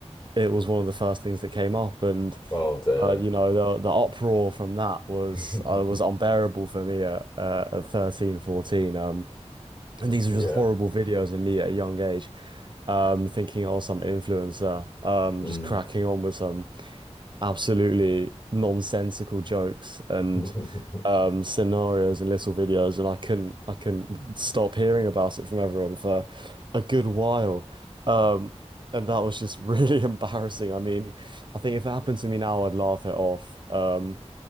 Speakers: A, on the right; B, on the left.
A: it was one of the first things that came up. And,
B: Oh dear.
A: uh, you know, the, the uproar from that was
B: <laughs>
A: uh, was unbearable for me at, uh, at 13, fourteen. Um, and these
B: Yeah.
A: are just horrible videos of me at a young age, um, thinking, oh, some influencer, um,
B: Mm.
A: just cracking on with some absolutely nonsensical jokes and
B: <laughs>
A: um, scenarios and little videos, and I couldn't, I couldn't stop hearing about it from everyone for a good while, um, and that was just really <laughs> embarrassing. I mean, I think if it happened to me now, I'd laugh it off, um,